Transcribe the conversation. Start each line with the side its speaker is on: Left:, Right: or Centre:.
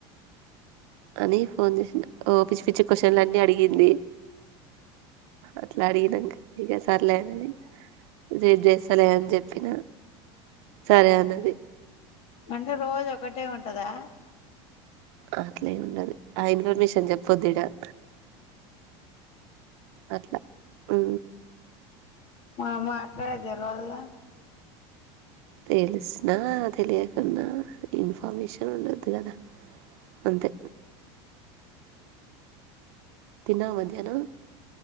Right: అని ఫోన్ చేసిన ఓ పిచ్చి పిచ్చి క్వశ్చన్ల అన్నీ అడిగింది అట్లా అడిగినక ఇక సరలేనని రేట్ చేస్తలే అని చెప్పినా సరే అన్నది
Left: అంటే రోజు ఒకటే ఉంట్ టదా
Right: అంట్లే ను ఆ ఇన్ఫర్మేషన్ చెప్ పోదిడాహ అట్లా ఉ
Left: ఆ మాట్లాడేది దేల్ వదుగా
Right: తెలిసినా తెలియకున్నా ఇన్ఫర్మేషన్ ఉండద్దు కదా అంతే తిన్నావ మధ్యాహ్నం